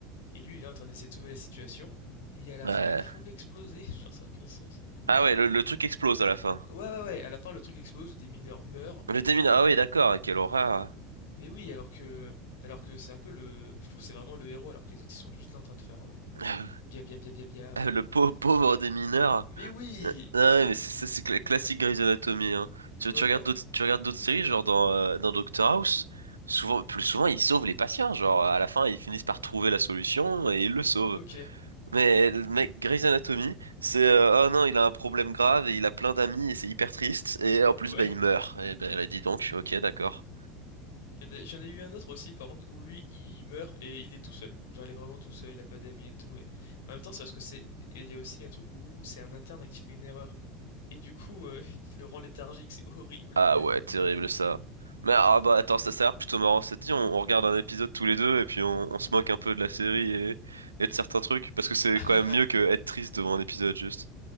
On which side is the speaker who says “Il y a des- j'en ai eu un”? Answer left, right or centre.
Left